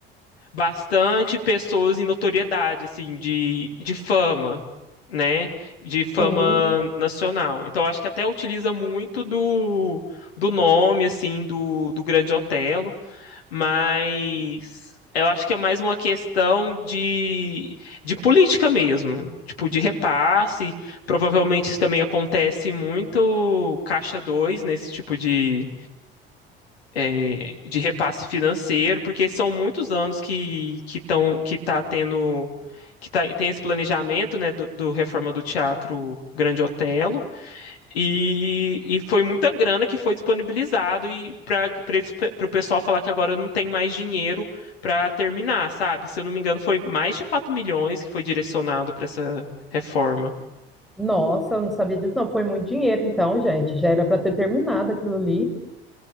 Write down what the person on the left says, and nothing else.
bastante pessoas em notoriedade, assim, de, de fama, né? De fama
nacional. Então, eu acho que até utiliza muito do, do nome, assim, do, do Grande Otelo. Mas eu acho que é mais uma questão de, de política mesmo, tipo de repasse. Provavelmente isso também acontece muito caixa 2 nesse tipo de, é, de repasse financeiro, porque são muitos anos que que tão, que tá tendo que tá, tem esse planejamento, né, do, do reforma do Teatro Grande Otelo. E, e foi muita grana que foi disponibilizado e para o pessoal falar que agora não tem mais dinheiro para terminar, sabe? Se eu não me engano, foi mais de 4 milhões que foi direcionado para essa reforma.